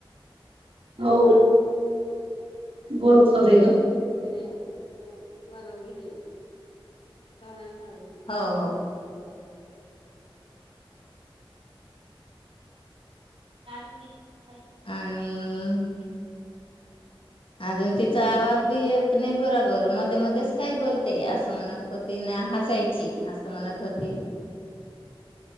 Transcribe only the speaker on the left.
नाही <unintelligible> हो हो हो
आणि अजून तिचा आवाज बी येत नाही बरोबर मध्ये मध्येच काय बोलते असं म्हणत होती ना हसायची असं मणत होती